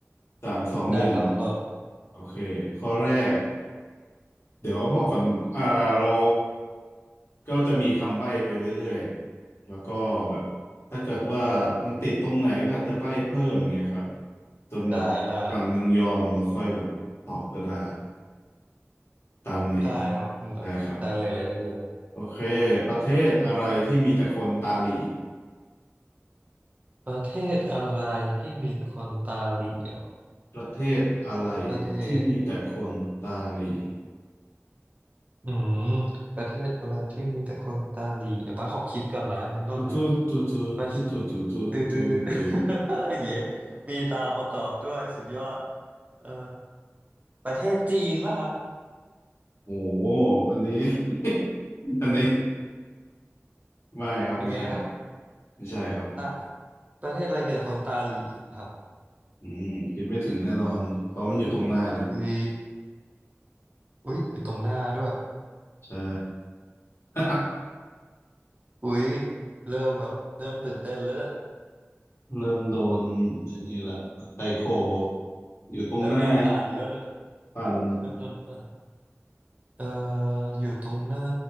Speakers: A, on the left; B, on the right.
A: สามสองหนึ่ง
B: ได้ครับคุณต้น
A: โอเคข้อแรกเดี๋ยวบอกก่อนอ่าเรา ก็จะมีคำใบ้ไปเรื่อยๆแล้วก็แบบถ้าเกิดว่ามันติดตรงไหนก็อาจจะใบ้เพิ่มเงี้ยครับจนแบบฝั่งมึงยอมแล้วค่อยแบบตอบก็ได้
B: ได้ได้
A: ตามนี้
B: ได้ครับอืมได้เลยได้เลย
A: ได้ครับโอเคประเทศอะไรที่มีแต่คนตาหลี
B: ประเทศอะไรที่มีแต่คนตาเหลี่ยว
A: ประเทศอะไร
B: ประเทศ
A: ที่มีแต่คนตาหลี
B: อืมประเทศอะไรที่มีแต่คนตาเหลี่ยวบ้าสขอคิดก่อนนะคุณต้นนะ
A: ตูตูตูตูตูตูตูตูตูตู
B: ประเทศตื้อตื้อ <laughs> เยะมีซาวประกอบด้วยสุดยอดเอ่อประเทศจีนป่ะครับ
A: โอ้โหอันนี้ <laughs> อันนี้ไม่ครับไม่ใช่
B: เป็นไงครับ
A: ไม่ใช่ครับ
B: ตาประเทศอะไรมีแต่คนตาเหลี่ยวครับ
A: อืมคิดไม่ถึงแน่นอนเพราะมันอยู่ตรงหน้าเลย
B: อุ้ยอุ้ยอยู่ตรงหน้าด้วย
A: ใช่ <laughs>
B: อุ้ยเริ่มแบบเริ่มตื่นเต้นแล้วเนี่ย
A: เริ่มโดนไอันนี้ละไซโคอยู่ตรงหน้า
B: เริ่มโดนปั่นแล้วเนอะ
A: ปัน
B: เริ่มโดนปั่นเอ่ออยู่ตรงหน้า